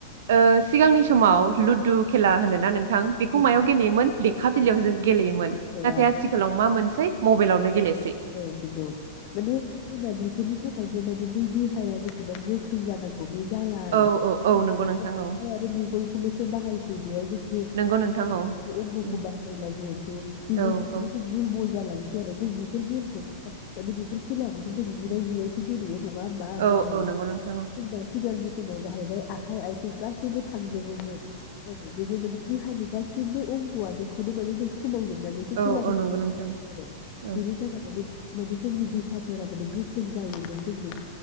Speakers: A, on the right; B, on the left.
A: ओ सिगांनि समाव लुदु
B: औ
A: खेला होनोना नोंथां
B: औ
A: बेखौ मायाव गेलेयोमोन लेखा बिलाइयाव
B: औ
A: जों गेलेयोमोन
B: औ लेखा बिलाइयाव
A: नाथाय आथिखालाव मा मोनसेै मबाइलावनो गेले
B: औ नंगौ माने जोंना बि बेफोरनि थाखायनो माने बै देहाया बेसेबां गोख्रों जानांगौ बिदि जाला आरो
A: औ औ औ नंगौ नोंथां
B: आखाय
A: औ
B: आरो मेगनखौल'सो बाहायसै बेयाव जों जे
A: नंगौ नोंथां औ
B: अंगखौ
A: उम
B: बाहायला जिहेथु बेजों
A: औ
B: माने
A: औ
B: दुरबल जालांसै जेरै बि बेफोर गेम खौथ' माने बेफोर खेलाखौथ' जों जिराय जिरायसो गेलेयो नं नङा होमबा मबाइलआवथ'
A: औ औ नंगौ नोंथां औ
B: जेनेबा सिगांनि समाव जाहैबाय आखाइ आइथिं गासैबो गासैबो थांजोबोमोन औ बेबो माने देहानि गासिबो अंगंआनोखौनो माने जों सो सोमाव जोबनानैसो
A: औ
B: खेलाखौ
A: औ
B: गेलेयो
A: नंगौ नोंथां औ
B: मोन आरो नानै माने जोंनि देहाफोरा माने गोख्रों जायोमोन दिनै